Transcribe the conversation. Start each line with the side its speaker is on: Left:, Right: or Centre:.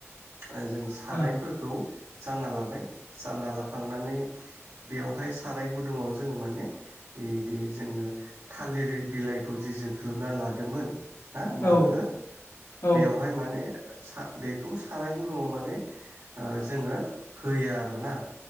Right: ओ जों सारायफोरखौ
Left: औ
Right: जानना लाबाय जानना ला खांनानै बेयावहाय साराय गुदुङाव जों माने इदि जोंङो थालिर बिलाइखौ जे जोख्लोबना लादोमोन। हा
Left: औ
Right: नाखो
Left: औ
Right: बेवहाय माने सा बेखौ साराय गुदुंङाव माने ओ जोंङो होयो आरोना।